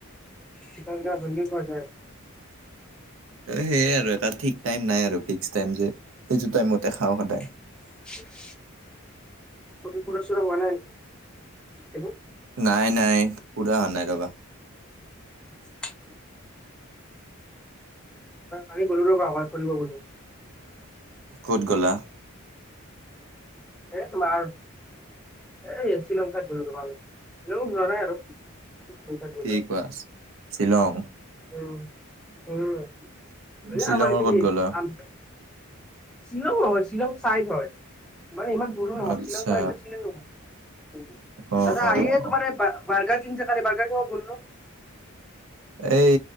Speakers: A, in the centre; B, on the right (about 70°).
A: <unintelligible> জল্দি কৰ
B: সেইয়াই আৰু এটা ঠিক টাইম নাই আৰু ফিক্স টাইম যে সেটো টাইমতে খাওঁ সদায়।
A: <inaudible> আজি পঢ়া চৰা হোৱা নাই। এইবোৰ
B: নাই নাই পুৰা হোৱা নাই ৰবা।
A: <inaudible> কালি গলোঁ ৰবা অকণমান ফুৰিব গলোঁ।
B: ক'ত গ'লা?
A: এ তোমাৰ এই শ্বিলং ঠাইত গলোঁ তোমাৰ ৰ বেলেগ ঠাইত যোৱা নাই আৰু। গ'লো।
B: কি কোৱাছ শ্বিলং।
A: উম, উম
B: শ্বিলঙৰ
A: আমাৰ পিন্দ
B: ক'ত
A: এ
B: গ'লা
A: আম শ্বিলং নহয় শ্বিলং চাইড হয় মানে ইমান দুৰ নহয়
B: আচ্ছা
A: শ্বিলং কৰা একজন শ্বিল নহয়
B: অ
A: দাদা
B: অ
A: আহে
B: অ
A: তোমাৰে ব বাৰগাৰ কিনচে বাৰগাৰ কিব বললো
B: এই